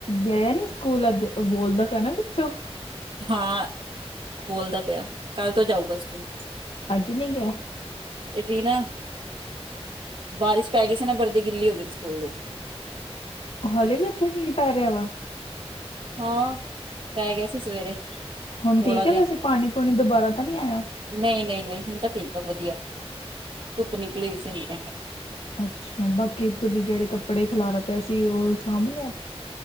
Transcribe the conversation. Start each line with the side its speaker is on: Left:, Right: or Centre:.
Left: ਗਯਾ ਨੀ ਸਕੂਲ ਅੱਜ ਓ ਬੋਲਦਾ ਪਯਾ ਨਾ ਪਿੱਛੋਂ
Right: ਹਾਂ ਬੋਲਦਾ ਪਯਾ ਕੱਲ ਤੋਂ ਜਾਊਗਾ ਸਕੂਲ।
Left: ਅੱਜ ਨੀ ਗਿਆ?
Right: ਏਦੀ ਨਾ ਬਾਰਿਸ਼ ਪੈਗੀ ਸੀ ਨਾ ਬਰਦੀ ਗਿੱਲੀ ਹੋ ਗਈ ਸਕੂਲ ਦੀ। ਂ
Left: ਹੱਲੇ ਵੀ ਓਥੇ ਮੀਂ ਪੈ ਰੇਆ ਵਾ
Right: ਹਾਂ ਪੈ ਗਯਾ ਸੀ ਸਵੇਰੇ।
Left: ਹੁਣ
Right: ਥੋੜਾ
Left: ਠੀਕ ਐ ਵੈਸੇ ਪਾਨੀ-ਪੂਨੀ ਦੋਬਾਰਾ ਤਾਂ ਨੀ ਆਯਾ।
Right: ਨਈ-ਨਈ-ਨਈ ਹੁਣ ਤਾਂ ਠੀਕ ਆ ਵਧੀਆ ਧੁੱਪ ਨਿਕਲੀ ਹੋਈ ਸੀ ਹੁਣ ਤਾਂ।
Left: ਅੱਛਾ ਬਾਕੀ ਤੁਜਂ ਜੇੜੇ ਕੱਪੜੇ ਖਿਲਾਰਾ ਪਯਾ ਸੀ ਓ ਸਾਂਭ ਲੇ ਆ।